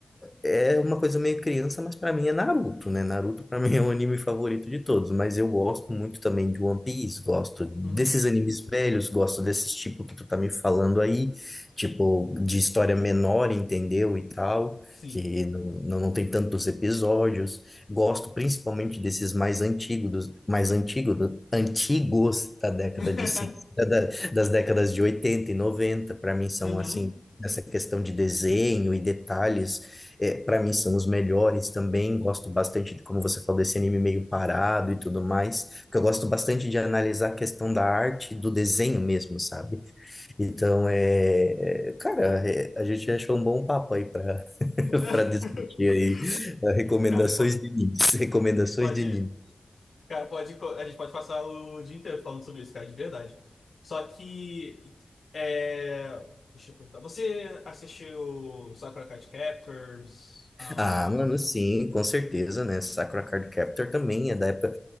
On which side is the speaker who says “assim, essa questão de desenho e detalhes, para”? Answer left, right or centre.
Left